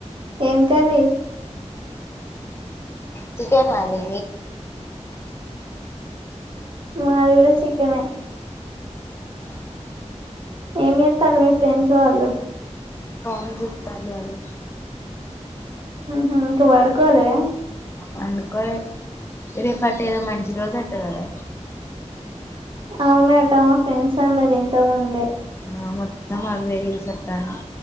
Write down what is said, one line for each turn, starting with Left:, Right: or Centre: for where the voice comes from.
Right: ఏం కర్రి
Left: చికెన్ మాది
Right: మాది కూడా చికెన్ ఏ
Left: అ <inaudible>
Right: ఏం యెత్తాల్లు మీ ఫ్రెండ్స్ వాళ్ళు
Left: ఫోన్ జూత్తాన్లు వాళ్లు
Right: ఊహూ ఇంక బడుకోలేదా
Left: పండుకోలే రేపట్టేదో మంచి రోజట గదా
Right: అవునటా ఫ్రెండ్సన్నరింతకముందే
Left: ఆ మొత్తమవ్వే రీల్సత్తాన్నై